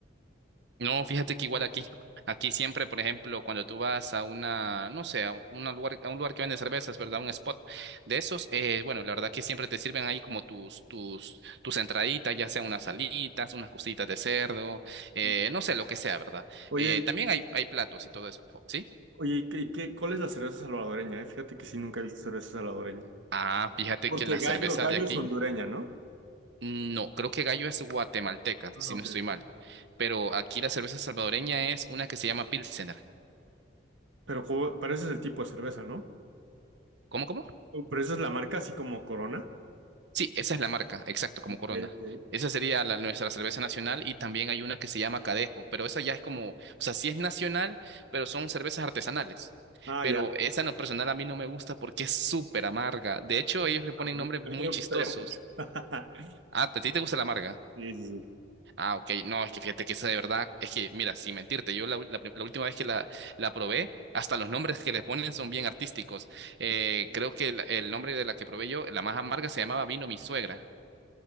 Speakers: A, on the right; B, on the right.
A: No, fíjate que igual aquí, aquí siempre, por ejemplo, cuando tú vas a una, no sé, a un una lugar, a un lugar que vende cervezas, ¿verdad? Un spot de esos, eh, bueno, la verdad que siempre te sirven ahí como tus, tus, tus entraditas, ya sea unas salitas, unas cositas de cerdo, eh,
B: Ok.
A: no sé, lo que sea, ¿verdad?
B: Oye,
A: Eh, también
B: y-
A: hay, hay platos y todo eso, ¿sí?
B: oye, ¿y ¿qué, qué, cuál es la cerveza salvadoreña? eh? Fíjate que sí, nunca he visto cerveza salvadoreña.
A: Ah, fíjate
B: Porque
A: que la
B: Gallo,
A: cerveza
B: Gallo
A: de aquí,
B: es hondureña, ¿no?
A: no, creo que Gallo es guatemalteca,
B: Ah,
A: si
B: ok,
A: no estoy
B: ok.
A: mal, pero aquí la cerveza salvadoreña es una que se llama Pilsener.
B: Pero, como- pero ese es el tipo de cerveza, ¿no?
A: ¿Cómo, cómo?
B: O- Pero esa es la marca, así como Corona.
A: Sí, esa es la marca, exacto, como
B: Ok,
A: Corona.
B: ok.
A: Esa sería la, nuestra cerveza nacional y también hay una que se llama Cadejo, pero esa ya es como, o sea, sí es nacional, pero son cervezas artesanales.
B: Ah,
A: Pero
B: ya.
A: esa en lo personal a mí no me gusta porque es súper amarga. De hecho, ellos le ponen
B: A mí
A: nombres muy
B: a mí me gustaría
A: chistosos.
B: mucho. <laughs>
A: Ah, ¿a ti te gusta la amarga?
B: Sí, sí,
A: Ah, ok, no, es que fíjate que esa de verdad, es que, mira, sin mentirte, yo la, u- la- pri- la última vez que la, la probé, hasta los nombres que le ponen son bien artísticos. Eh,
B: sí.
A: creo que el, el nombre de la que probé yo, la más amarga, se llamaba Vino Mi Suegra,